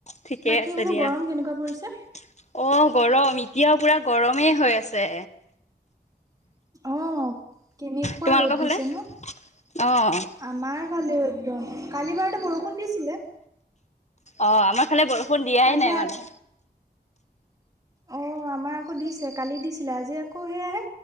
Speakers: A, on the left (about 40°); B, on the right (about 20°).
A: ঠিকে
B: বাকী
A: আছে
B: বোলো
A: দিয়া।
B: গৰম
A: অ',
B: কেনেকুৱা পৰিছে
A: গৰম ই এতিয়াও পুৰা গৰমেই হৈ আছে।
B: অ', কেনেকুৱা
A: তোমালোকৰ
B: ৰ'দ
A: ফালে?
B: দিছে ন?
A: অ'
B: আমাৰ ভালে একদম, কালি বাৰতে বৰষুণ দিছিলে।
A: অ', আমাৰ ফালে বৰষুণ দিয়াই
B: আজি
A: নাই মানে।
B: আকৌ অ', আমাৰ আকৌ দিছে, কালি দিছিলে আজি আকৌ সেয় আহে